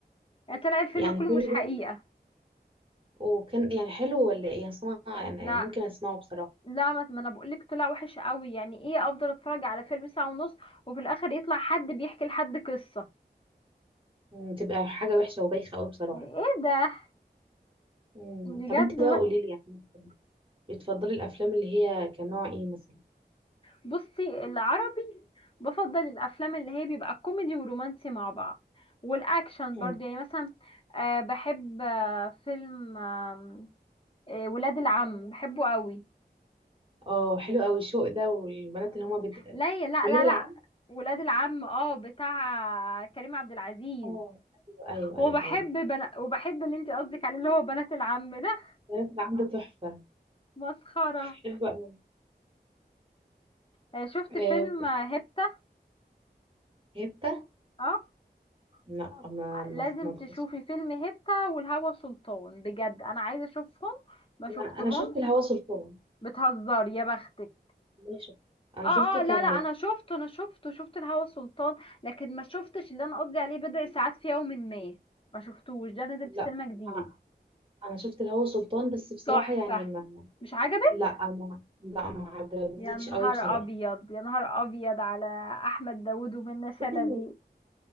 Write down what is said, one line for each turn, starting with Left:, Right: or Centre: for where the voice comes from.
Left: يعني طلع الفيلم
Right: يعني
Left: كله
Right: كل
Left: مش حقيقة
Right: ده وكان يعني حلو ولا ايه اصل انا يعني
Left: لا
Right: ممكن اسمعه بصراحة
Left: لا ما ما انا بقولك طلع وحش قوي يعني ايه افضل اتفرج على فيلم ساعة ونص وفي الاخر يطلع حد بيحكي لحد قصة
Right: مم، تبقى حاجة وحشة وبايخة قوي بصراحة
Left: ايه ده
Right: مم.
Left: بجد
Right: طب انت بقى قولي لي يعني بتفضلي الافلام اللي هي كان نوع ايه مثلا
Left: بصي العربي بفضل الافلام اللي هي بيبقى كوميدي ورومانسي مع بعض والاكشن
Right: مم.
Left: برضه يعني مثلا آه بحب آه فيلم آم، آه ولاد العم بحبه قوي
Right: اه حلو قوي الشوق ده والبنات اللي هما بت...
Left: لا لا
Right: ولاد
Left: لا
Right: العم
Left: لا ولاد العم اه بتاع كريم عبد العزيز
Right: اه ايوه
Left: وبحب
Right: ايوه ايوه ايوه
Left: بنا... وبحب اللي انت قصدك عليه اللي هو بنات العم ده
Right: البنات اللي عنده تحفة
Left: مسخرة
Right: بحبه أوي
Left: آه شفت
Right: آه
Left: فيلم آه، هيبتا
Right: هبتة
Left: اه
Right: لا ما ما
Left: لازم
Right: ما أعتقدش
Left: تشوفي فيلم هيبتا والهوى سلطان بجد انا عايزة اشوفهم ما شفتهمش
Right: أنا أنا شفت الهوى سلطان
Left: بتهزر يا بختك
Right: والله شفت أنا
Left: اه
Right: شفته
Left: اه لا
Right: كان
Left: لا انا شفته انا شفته شفت الهوى سلطان لكن ما شفتش اللي انا قصدي عليه بضع ساعات في يوم ما ما شفتوش ده نزل في
Right: لا
Left: السينما جديد
Right: آه، أنا شفت الهوى سلطان بس بصراحة
Left: تحفة
Right: يعني ما
Left: مش عجبك
Right: لا ما لا ما عجبنيش
Left: يا نهار
Right: قوي بصراحة
Left: ابيض يا نهار ابيض على احمد داوود ومنى شلبي
Right: حسيت إن